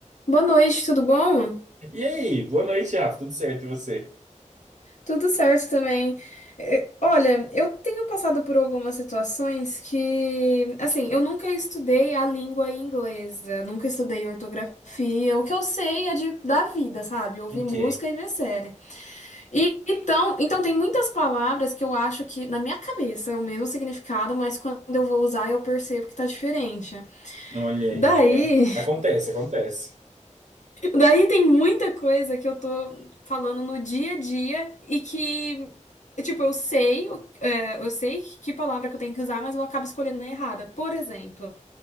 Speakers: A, on the left; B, on the right.
A: Boa noite, tudo bom?
B: E aí, boa noite, Rafa. Tudo certo? E você?
A: Tudo certo também. Eh, Olha, eu tenho passado por algumas situações que, assim, eu nunca estudei a língua inglesa, nunca estudei ortografia. O que eu sei é de, da vida, sabe? Ouvir
B: Ok.
A: música e ver série. E então, então tem muitas palavras que eu acho que na minha cabeça é o mesmo significado, mas quando eu vou usar eu percebo que tá diferente.
B: Olha
A: Daí
B: aí, é. Acontece, acontece.
A: Daí tem muita coisa que eu tô falando no dia a dia e que, tipo, eu sei, o- é, eu sei que palavra que eu tenho que usar, mas eu acabo escolhendo a errada. Por exemplo,